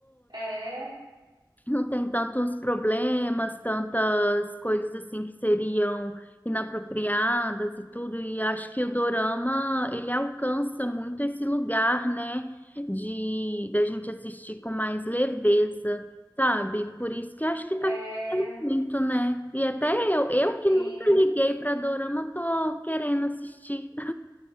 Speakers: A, on the right (about 80°); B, on the left (about 20°).
A: é,
B: não tem tantos problemas, tantas coisas assim que seriam inapropriadas e tudo, e acho que o dorama, ele alcança muito esse lugar, né, de da gente assistir com mais leveza, sabe? Por isso que acho que tá
A: é,
B: crescendo muito, né? E até eu, eu que
A: sim.
B: nunca liguei para dorama, tô querendo assistir.